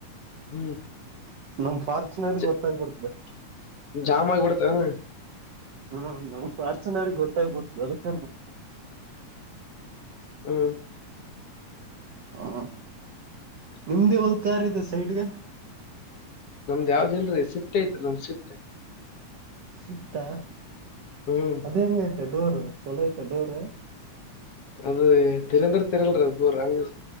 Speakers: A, on the left (about 55°); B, on the right (about 65°).
A: ಹ್ಮ್
B: ನಮ್ ಫಾರ್ಚುನರ್ಗೆ
A: ಚ-
B: ಗೊತ್ತಾಗಬಿಡ್ತದೆ
A: ಜಾಮ್ ಆಗ್ಬಿಡ್ತಾವನ
B: ಹಾ ನಮ್ ಪ್ರಾರ್ಚನ್ರಿಗೆ ಗೊತ್ತಾಗ್ಬಡ್ತ ಅದಕ್ಕ
A: ಹ್ಮ
B: ಹ ನಿಮ್ದ ಒದ ಕಾರ್ ಇದೆ ಸೈಡ್ಗೆ
A: ನಮ್ದ್ ಯಾವ್ದ್ ಇಲ್ರೀ ಶಿಫ್ಟ್ ಐತ್ರಿ ನಮ್ದ್ ಶಿಫ್ಟ್
B: ಸಿಕ್ತಾ
A: ಹ್ಮ್
B: ಅದ ಹೆಂಗಯತ ಡೋರ್ ಚೊಲೋ ಆಐ್ತ ಡೋರ್
A: ಅದು ತರಂದ್ರೆ ತೆರಲ್ರ ಬ ಹಂಗ